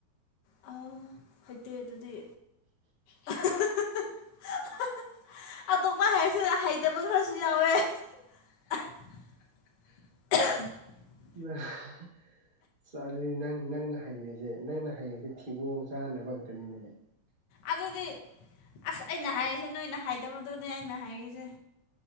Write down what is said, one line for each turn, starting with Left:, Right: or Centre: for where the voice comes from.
Left: ꯑ ꯍꯩꯇꯦ ꯑꯗꯨꯗꯤ <unintelligible> ꯑꯇꯣꯞꯄ ꯍꯥꯏꯔꯁꯨ ꯍꯩꯇꯕ ꯈꯔꯁꯨ ꯌꯥꯎꯋꯦ꯫ <unintelligible>
Right: <unintelligible> ꯆꯥꯅꯩ ꯅꯪ ꯅꯪꯅ ꯍꯩꯔꯤ ꯖꯦ ꯅꯪꯅ ꯍꯩꯔꯤꯖꯦ ꯊꯤꯕꯣꯡ ꯆꯥꯅꯕ ꯈꯛꯇꯅꯤꯅꯦ꯫
Left: ꯑꯗꯨꯗꯤ ꯑꯁ ꯑꯩꯅ ꯍꯥꯢꯔꯤꯖꯦ ꯅꯣꯏꯅ ꯍꯩꯇꯕꯗꯨꯅꯦ ꯑꯩꯅ ꯍꯥꯏꯔꯤꯖꯦ꯫